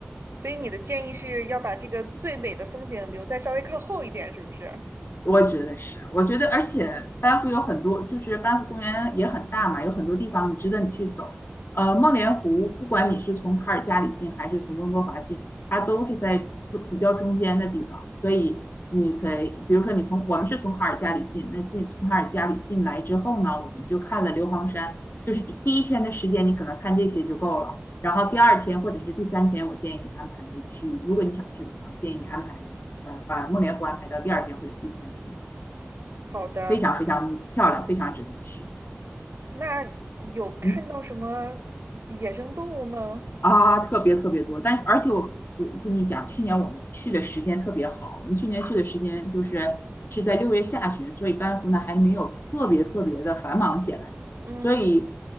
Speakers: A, on the right; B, on the left.
A: 所以你的建议是要把这个最美的风景留在稍微靠后一点，是不是？
B: 我觉得是，我觉得，而且班夫有很多，就是班夫公园也很大嘛，有很多地方你值得你去走。呃，梦莲湖，不管你是从卡尔加里进还是从温哥华进，它都是在就比较中间的地方，所以你可以，比如说你从我们是从卡尔加里进，那进从卡尔加里进来之后呢，我们就看了硫磺山，就是第第一天的时间，你可能看这些就够了。然后第二天或者是第三天，我建议你安排去，如果你想去的话，我建议你安排。呃，把梦莲湖安排到第二天或者第三天，
A: 好的，
B: 非常非常漂亮，非常值得去。
A: 那有看到什么野生动物吗？
B: 嗯啊，特别特别多，但而且我我跟你讲，去年我们去的时间特别好，我们去年去的时间就是是在六月下旬，所以班夫呢还没有特别特别的繁忙起来，
A: 嗯，
B: 所以